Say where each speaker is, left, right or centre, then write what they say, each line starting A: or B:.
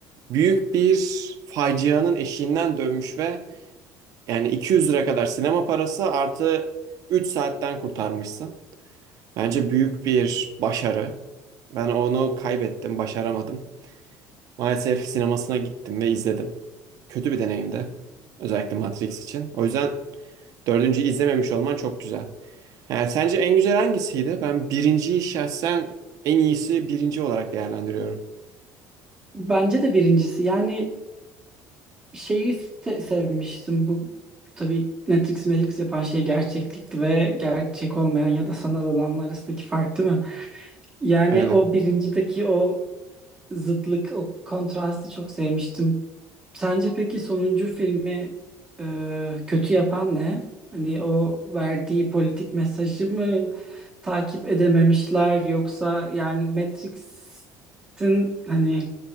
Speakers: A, on the right; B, on the right.
A: büyük bir facianın eşiğinden dönmüş ve yani 200 lira kadar sinema parası artı 3 saatten kurtarmışsın. Bence büyük bir başarı. Ben onu kaybettim, başaramadım. Maalesef sinemasına gittim ve izledim. Kötü bir deneyimdi. Özellikle Matrix için. O yüzden dördüncüyü izlememiş olman çok güzel. Yani sence en güzel hangisiydi? Ben birinciyi şahsen en iyisi birinci olarak değerlendiriyorum.
B: bence de birincisi. Yani şeyi se- sevmiştim. Bu tabii Matrix Matrix yapan şey gerçeklikti ve gerçek olmayan ya da sanal olanlar arasındaki fark değil mi? Yani
A: Aynen.
B: o birincideki o zıtlık, o kontrastı çok sevmiştim. Sence peki sonuncu filmi e, kötü yapan ne? Hani o verdiği politik mesajı mı takip edememişler yoksa yani Matrix'in hani